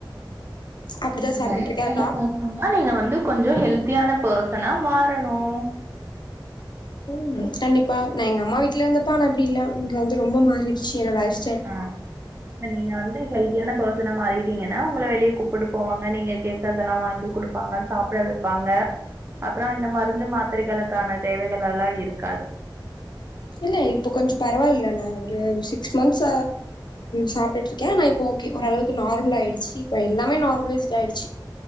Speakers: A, on the left; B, on the right.
A: அப்டிதா
B: அந்த
A: சாப்ட்டுட்டு
B: பய
A: இருக்கே டாக்
B: எாம் நீங்க வந்து கொஞ்சம் ஹெல்த உத்தியான பேர்சனா மாறணும்
A: உஹம் கண்டிப்பா நான் எங்க அம்மா வீட்டுல இருந்த பா அப்படி இல்ல நீங்க வந்து ரொம்ப மாறிடுச்சு என்னோட லைஃப் ஸ்டைல்
B: ஆஹ் இப்ப நீங்க வந்து ஹெல்தியான பர்சன மாறி ங்கன்னா உங்க வெளியே கூப்பிட்டு போவாங்க நீங்க கேட்கதெல்லாம் வாங்கி கு கொடுப்பாங்க சாப்பிட வைப்பாங்க அப்புறம் இந்த மருந்து மாத்திரைகளுக்கான தேவைகள் எல்லாம் இருக்காது
A: இல்ல இப்ப கொஞ்சம் பரவாயில்ல நா ஒரு சிக்ஸ் மந்த்ஸ் சாப்பிட்டு இருக்கேன் நான் இப்ப ஓகே ஓரளவுக்கு நார்மல் ஆயிடுச்சு இப்ப எல்லாமே நார்மலைஸ்ட் ஆயிடுச்சு